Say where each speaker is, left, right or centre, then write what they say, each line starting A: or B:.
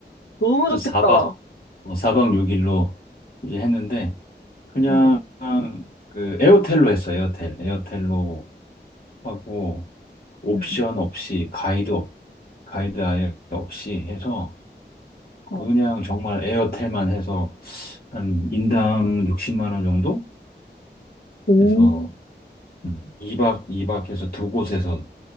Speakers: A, on the left; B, on the left.
A: 너무
B: 그래서
A: 좋겠다.
B: 4박, 어, 사박 6일로 이제 했는데, 그냥
A: 응,
B: 그 에어텔로 했어, 에어텔. 에어텔로 하고, 옵션
A: 응,
B: 없이, 가이드, 없- 가이드 아예 없이 해서,
A: 어.
B: 그냥 정말 에어텔만 해서, 한 인당 60만 원 정도?
A: 오,
B: 그래서 음, 2박 2박 해서 두 곳에서